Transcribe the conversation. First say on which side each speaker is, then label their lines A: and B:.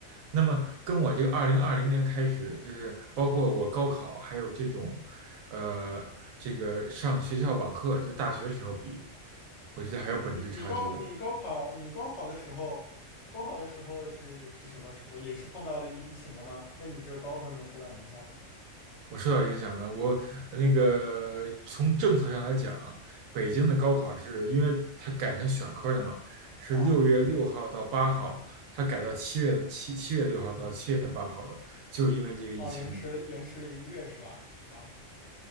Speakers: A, on the right; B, on the left.
A: 那么跟我这个二零二零年开始，就是包括我高考还有这种，呃，这个上学校网课，就大学时候比，我觉得还有本质差距的。
B: 哎，你你高你高考你高考的时候，高考的时候是是什么时候？也是碰到了疫疫情了吗？那你这个高考有没有受到影响呢？
A: 我受到影响了。我那个从政策上来讲，北京的高考是因为它改成选科了嘛，是六月六号到八号，
B: 啊，
A: 它改到七月七七月六号到七月八号了，就是因为这个疫情。
B: 哦，延迟了延迟了一个月是吧？啊，